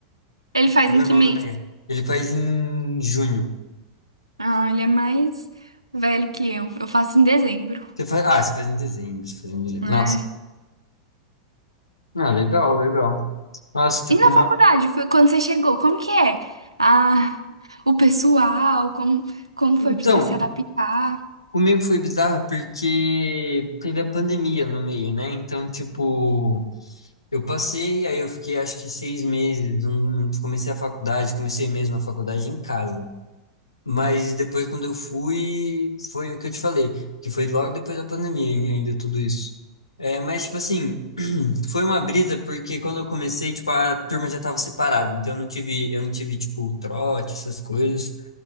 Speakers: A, on the right; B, on the left.
A: Ele faz
B: meu
A: em
B: irmão
A: que mês?
B: do meio. Ele faz em junho.
A: Ah, ele é mais velho que eu. Eu faço em dezembro,
B: Você faz, ah, você faz em dezembro, você faz em dezembro.
A: né?
B: Nossa, ah, legal, legal. Nossa, tipo,
A: E na
B: uma...
A: faculdade, foi quando você chegou, como que é? Ah, o pessoal, como, como
B: Então,
A: foi pra você se adaptar?
B: comigo foi bizarro porque teve a pandemia no meio, né? Então, tipo, eu passei, aí eu fiquei acho que seis meses, um, um- comecei a faculdade, comecei mesmo a faculdade em casa. Mas depois, quando eu fui, foi o que eu te falei, que foi logo depois da pandemia ain- ainda tudo isso. É, mas, tipo assim, foi uma brisa porque quando eu comecei, tipo, a turma já tava separada, então eu não tive, eu não tive, tipo, trote, essas coisas.